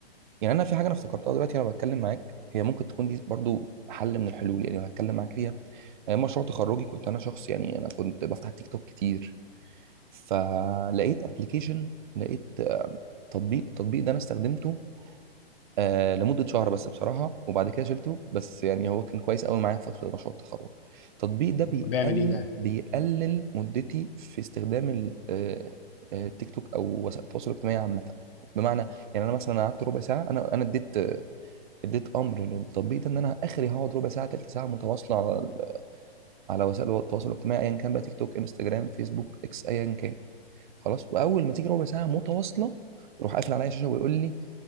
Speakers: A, on the right; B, on the left.
A: يعني انا في حاجة انا افتكرتها دلوقتي وانا بتكلم معاك هي ممكن تكون دي برضه حل من الحلول يعني هتكلم معاك فيها ايام مشروع تخرجي كنت انا شخص يعني انا كنت بفتح تيك توك كتير فلقيت ابلكيشن لقيت تطبيق التطبيق ده انا استخدمته آه لمدة شهر بس بصراحة وبعد كده شلته بس يعني هو كان كويس قوي معايا في فترة مشروع التخرج التطبيق ده بيقل
B: بيعمل إيه بقى؟
A: بيقلل مدتي في استخدام ال- آه، آه، التيك توك أو وسائل التواصل الاجتماعي عامة بمعنى يعني أنا مثلا قعدت ربع ساعة أنا أنا اديت اديت أمر للتطبيق ده إن أنا آخري هقعد ربع ساعة تلت ساعة متواصلة على ال- على وسائل التواصل الاجتماعي أيا كان بقى تيك توك انستجرام فيسبوك إكس أيا كان خلاص وأول ما تيجي ربع ساعة متواصلة يروح قافل عليا الشاشة ويقول لي